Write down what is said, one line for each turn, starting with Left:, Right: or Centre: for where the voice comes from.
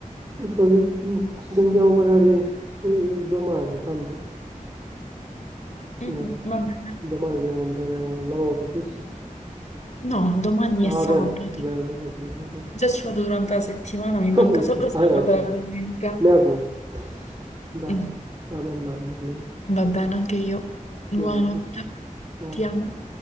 Right: Che fa che- Ci sentiamo magari eh, domani, tanto... Eh,
Left: Mm, mm, Va bene.
Right: domani devi andare al lavoro, giusto?
Left: No, domani è
Right: Ah,
Left: sabato.
Right: vero, vero, hai ragione.
Left: Già ci vado durante la settimana, mi
Right: vero.
Left: manca solo sabato
Right: <laughs> Hai ragione.
Left: e la domenica.
Right: Mea colpa. Dai,
Left: Mm,
Right: vado andando. allora.
Left: Va bene, anche io. Buonanotte,
Right: Ti amo, tesoro. Ciao.
Left: ti amo.